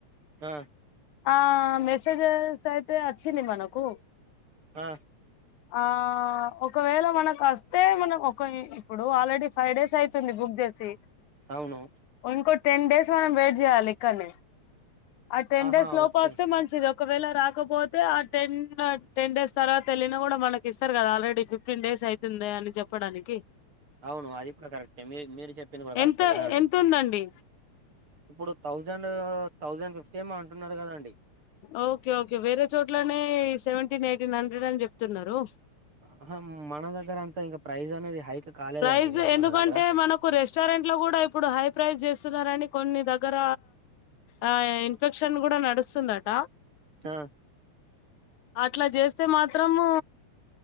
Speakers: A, on the right; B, on the left.
A: ఆ
B: ఆ మెసేజెస్ అయితే అ చ్చింది మనకు
A: ఆ
B: ఆ ఒకవేళ మన కాస్త అతే మనం ఒక ఇప్పుడు ఆల్రెడీ ఫైవ్ డేస్ అయితుంది బుక్ చేసి
A: అవును
B: ఇంకో టెండేస్ మనం వెయిట్ చేస్తే ఆాల కానే ఆ టెన్
A: ఆహా
B: డేస్ లోపు
A: ఓకే
B: వస్తే మంచిది ఒకవేళ రాకపోతే ఆ టెన్ టెన్ డేస్ తర్వాత వెళ్లిన కూడా మనకి ఇస్తారు కదా ఆల్రెడీ ఫిఫ్టీన్ డేస్ అయితుంది అని చెప్పడానికి
A: అవును అది కూడా కరెక్టే మీ మీరు చెప్పింది కూడా కరెక్టే
B: ఎంత
A: కదండి
B: ఎంత ఉందండి
A: ఇప్పుడు తౌజండ్ ఆహ్ థౌజండ్ ఫిఫ్టీ ఏమో అంటున్నారు కదండి
B: ఓకే ఓకే వేరే చోట్లనే సెవెంటీన్ ఎయిటీన్ హండ్రెడ్ అని చెప్తున్నారు
A: ఆహ మన దగ్గర అంతా ఇంకా ప్రైజ్ అనేది హైక్ కాలేదండి
B: ప్రైజ్
A: మరి
B: ఎందుకంటే
A: మన దగ్గర
B: మనకు రెస్టారెంట్ లో కూడా ఇప్పుడు హై ప్రైస్ చేసు స్తున్నారని కొన్ని దగ్గర ఆ ఇన్ఫెక్షన్ కూడా నడుస్తుందట
A: ఆ
B: అట్లా చేస్తే మాత్రము